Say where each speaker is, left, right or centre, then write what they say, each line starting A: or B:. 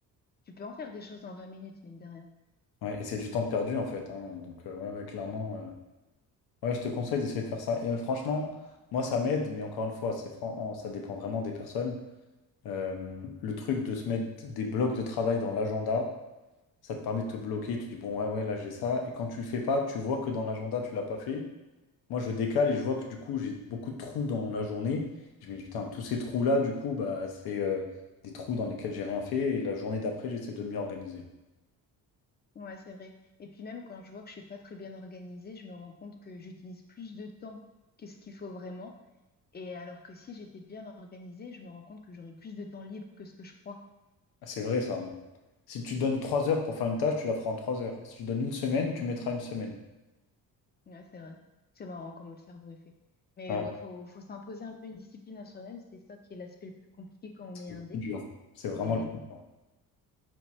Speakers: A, on the left (about 25°); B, on the left (about 80°).
A: tu peux en faire des choses en 20 minutes, mine de rien.
B: Ouais, Et c'est du temps de perdu en fait. hein. Donc, euh, ouais, ouais, clairement. euh, Ouais, je te conseille d'essayer de faire ça. Et euh, franchement, moi, ça m'aide, mais encore une fois, c'est fran- en- ça dépend vraiment des personnes. Euh, le truc de se mettre des blocs de travail dans l'agenda. Ça te permet de te bloquer, tu dis bon, ouais, ouais, là j'ai ça. Et quand tu le fais pas, tu vois que dans l'agenda, tu l'as pas fait. Moi, je décale et je vois que du coup, j'ai beaucoup de trous dans la journée. Je me dis putain, tous ces trous-là, du coup, bah, c'est euh, des trous dans lesquels j'ai rien fait. Et la journée d'après, j'essaie de mieux organiser.
A: Ouais, c'est vrai. Et puis même quand je vois que je suis pas très bien organisée, je me rends compte que j'utilise plus de temps que ce qu'il faut vraiment. Et alors que si j'étais bien organisée, je me rends compte que j'aurais plus de temps libre que ce que je crois.
B: Ah, c'est vrai ça. hein. Si tu donnes trois heures pour faire une tâche, tu la feras en trois heures. Et si tu donnes une semaine, tu mettras une semaine.
A: Ouais, c'est vrai. C'est marrant comment le cerveau est fait. Mais
B: Ouais,
A: ouais, faut, faut s'imposer un peu une discipline à soi-même. C'est ça qui est l'aspect le plus compliqué quand on
B: c'est
A: est
B: le
A: indé.
B: plus dur. C'est vraiment
A: Mais
B: le plus dur.